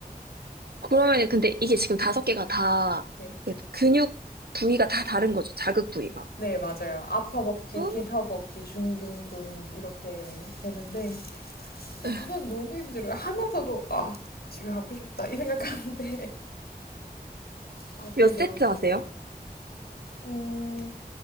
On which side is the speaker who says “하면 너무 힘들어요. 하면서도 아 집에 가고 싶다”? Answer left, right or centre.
Left